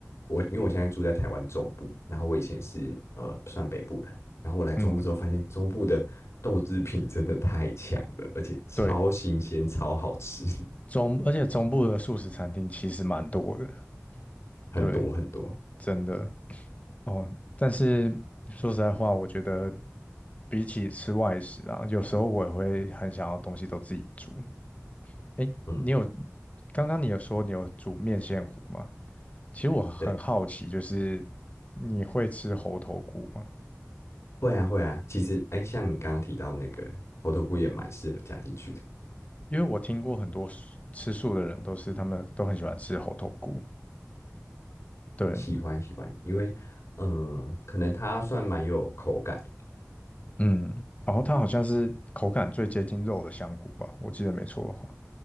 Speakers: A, on the left (about 55°); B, on the left (about 25°).
A: 我因为我现在住在台湾中部，然后我以前是呃算北部人，然后我来中部之后发现中部的豆制品真的太强了，
B: 嗯，
A: 而且超新鲜、
B: 对，
A: 超好吃，
B: 中而且中部的素食餐厅其实蛮多的，
A: <laughs> 很多很多，
B: 对，真的。哦，但是说实在话，我觉得比起吃外食啊，有时候我也会很想要东西都自己煮。诶，
A: 嗯，
B: 你有，刚刚你有说你有煮面线糊吗？其实我很好奇，
A: 对，
B: 就是你会吃猴头菇吗？
A: 会啊会啊，其实哎，像你刚刚提到那个猴头菇也蛮适合加进去的，
B: 因为我听过很多素吃素的人都是他们都很喜欢吃猴头菇，对，
A: 喜欢喜欢，因为嗯、呃可能它算蛮有口感的。
B: 嗯，然后它好像是口感最接近肉的香菇吧，我记得没错的话，